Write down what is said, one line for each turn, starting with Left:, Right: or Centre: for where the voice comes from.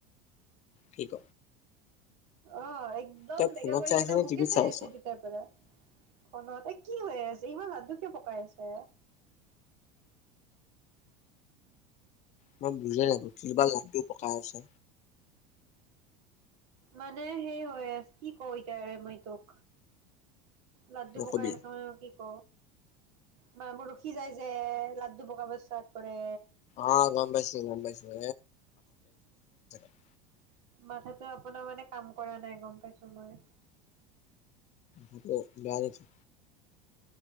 Left: কি ক?
Right: অঁ। একদম
Left: তই
Right: বেগা
Left: ফোনত
Right: কৰি
Left: চাই
Right: কেনে
Left: আছ নে
Right: মোকে
Left: টিভিত
Right: চাই আছে
Left: আছ?
Right: তেতিয়াৰ পৰা। ফনত, এ কি হৈ আছে ইমান লাড্ডুকে পকাই আছে?
Left: মই বুজি নাপো, কি বা লভটো পকাই আছে।
Right: মানে সেই হৈ আছে, কি কওঁ এতিয়া মই তোক। লাড্ডু
Left: নকবি।
Right: পকাই আছো, মই কি ক? মা, মোৰ ৰখি যাই যে লাড্ডু ভগাব ষ্টাৰ্ট কৰে।
Left: অ', গম পাইছোঁ, গম পাইছোঁ। <unintelligible>
Right: মাথাতো আপোনাৰ মানে কাম কৰা নাই গম পাই চময়।
Left: অ', বেয়া লাগিছে।